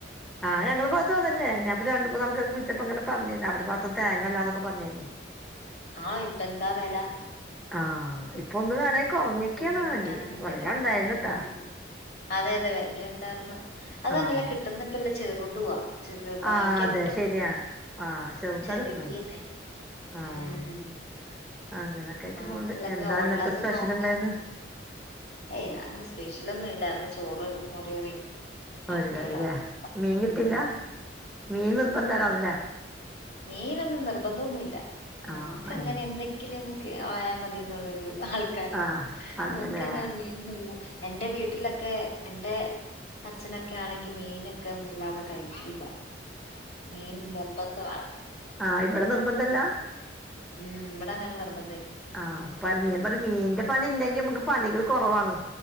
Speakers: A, in the centre; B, on the left (about 55°).
A: ആ രണ്ടൂന്ന് നാത്ത് അതന്നെ ഞാപ്പൊ രണ്ട മൂന്നാക്ക്‌ വിളിച്ചപ്പോ ഇങ്ങനെ പറഞ്ഞിനു അവരെ ബാത്ത് തേങ്ങല്ലാന്നൊക്കെ പറഞ്ഞിനു
B: ആ ഇപ്പ എന്താ വില
A: ആ ഇപ്പ ഒന്ന് വേണെങ്കിൽ കുറഞ്ഞക്കാ
B: കിട്ടാനില്ലല്ലോ
A: വാണെങ്കി നല്ലൊ ഉണ്ടായിനുട്ടാ
B: ഉം അതെ അതെ വല ഉണ്ടായിർന്ന് അത് തന്നെല്ല
A: ആഹ്
B: കിട്ടുന്നപ്പല്ല ചെറുതുവാ ചെർ വാങ്ങിക്കാ
A: ആഹ് അതെ
B: കിട്ടുന്ന്
A: ശരിയാ ആഹ് ചെറുതാ
B: ചെറങ്ങി
A: കിട്ടുന്നത് ആഹ്
B: ഉം
A: അങ്ങനൊക്കെ ആയിട്ട്
B: നാട്ടിലൊക്കെ
A: പോവണ്ട് എന്താ
B: ഉള്ളത്
A: ഇന്നത്തെ സ്പെഷ്യൽ
B: നോക്കാൻ
A: ഇണ്ടായിന്
B: ഏയ് അങ്ങനെ സ്പെഷ്യലൊന്നും ഇല്ലായിർന്ന് ചോറ് മോര്കറി
A: മോര്
B: ആക്കെയള്ള
A: കറില്ലേ
B: പ
A: മീൻ കിട്ടില്ല
B: മ്മ്
A: മീൻ നിർബന്ധം ആവുല്ലേ
B: മീനൊന്നും നിർബന്ധതൊന്നുല്ല
A: ആഹ്
B: ഞങ്ങ്ക്ക്
A: അതെ
B: അങ്ങനെ എന്തെങ്കിലും ക്കെ ആയാൽ മതി ന്നുള്ളൊരു ആൾക്കാര
A: ആഹ് അതല്ലേ
B: ങ്ങ്ക്ക്ന്നെ മീൻ തി എന്റെ വീട്ടിലൊക്കെ എന്റെ അച്ഛനൊക്കെ ആണെങ്കി മീനൊക്കെന്നുല്ലാതെ കഴിക്കില്ല മീൻ നിർബന്ധണ്
A: ആ ഇവിടെ നിർബന്ധല്ലാ
B: ഉം ഇവിടെ അങ്ങനെ നിർബ
A: ആഹ് പ്പ മീൻ പണി മീന്റെ പണി ഇല്ലെങ്കി നമുക്ക് പണികൾ കൊറവാണ്